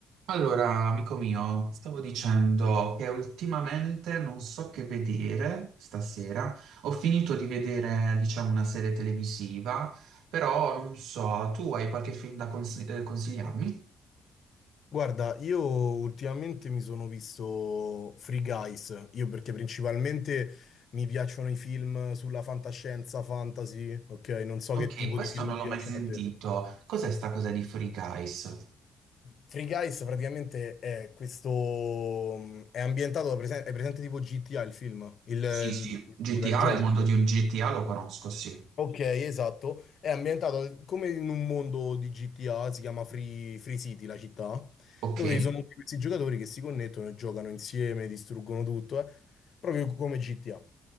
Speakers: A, on the right; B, on the left.
A: Allora, amico mio, stavo dicendo che ultimamente non so che vedere stasera. Ho finito di vedere, diciamo, una serie televisiva, però non so, tu hai qualche film da cons- eh, consigliarmi?
B: Guarda, io ultimamente mi sono visto Free Guys, io perché principalmente mi piacciono i film sulla fantascienza, fantasy, ok? Non so
A: Ok,
B: che tipo
A: questo
B: di film
A: non
B: ti
A: l'ho
B: piacciono
A: mai sentito.
B: a te.
A: Cos'è sta cosa di Free Guys?
B: Free Guys praticamente è questo... mm, è ambientato, da presen- è presente tipo GTA il film, il,
A: Sì,
B: il-
A: sì, GTA,
B: scusa, il gioco.
A: il mondo di un GTA lo conosco, sì.
B: Ok, esatto. È ambientata come in un mondo di GTA, si chiama Free, Free City, la città,
A: Ok.
B: dove ci sono Mhm. tutti questi giocatori che si connettono e giocano insieme, distruggono tutto, eh, Proprio come GTA.